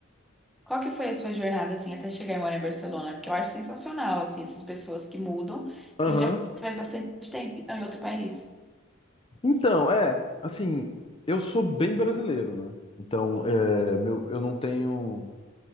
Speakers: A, in the centre; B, on the left.
A: Qual que foi a sua jornada, assim, até chegar e morar em Barcelona? Porque eu acho sensacional, assim, essas pessoas que mudam
B: Aham.
A: e que já faz bastante tempo que estão em outro país.
B: Então, é, assim, eu sou bem brasileiro, né? Então, é, meu, eu não tenho...